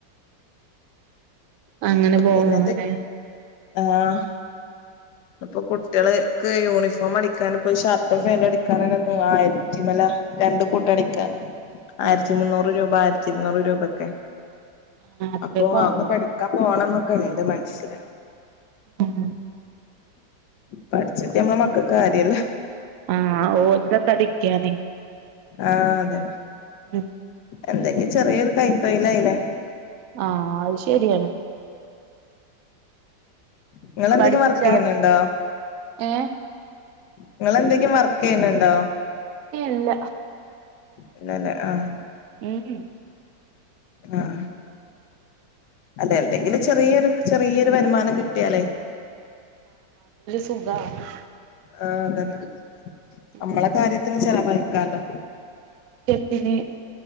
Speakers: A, on the right; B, on the left.
A: അങ്ങനെ പോവാണെല്ലേ?
B: പിന്നത് ആഹ് അപ്പ കു കുട്യോള് ക്ക് യൂണിഫോമടിക്കാന്പ്പൊ ഷർട്ടും ഫേന്റടിക്കാനാണ് ആയിരത്തിമേല രണ്ട് കൂട്ടൊക്കെ. ളിക്ക ആയിരത്തി
A: ഏഹ്
B: മുന്നൂറ് രൂപ ആയിരത്തിരുന്നൂറ് രൂപൊക്കെ.
A: ആഹ് അത്രക്കാവും
B: അപ്പൊ അന്ന് പഠിക്കാൻ പോണന്നൊക്കെണ്ട് മനസ്സില്.
A: ഉം
B: പഠിച്ചിട്ട് നമ്മളെ മക്കക്ക് കാര്യല്ല.
A: ആഹ് <unintelligible> തടിക്കാനേ.
B: ആഹ് അതന്നെ.
A: ഉം
B: എന്തെങ്കി ചെറിയൊരു കൈതൊഴിലായില്ലേ.
A: ആഹ് അത് ശരിയാണ്.
B: നിങ്ങളെന്തെങ്കിലും
A: പഠിച്ചാ
B: വർക്കിയ്യ്ണ് ണ്ടോ?
A: ഏഹ്
B: ങ്ങളെന്തെങ്കിം വർക്കിയ്യ്ണ്ണ്ണ്ടോ?
A: ഇല്ല
B: ഇല്ലല്ലേ ആഹ്
A: ഉം ഉ
B: ആഹ് അതെന്തെങ്കിലും ചെറിയൊരു ചെറിയൊരു വരുമാനം കിട്ടിയാലേ,
A: സുകാണ്.
B: ആഹ് അതന്നെ
A: ഉം
B: നമ്മളെ കാര്യത്തിന് ചെലവഴിക്കാലോ.
A: പിന്നെ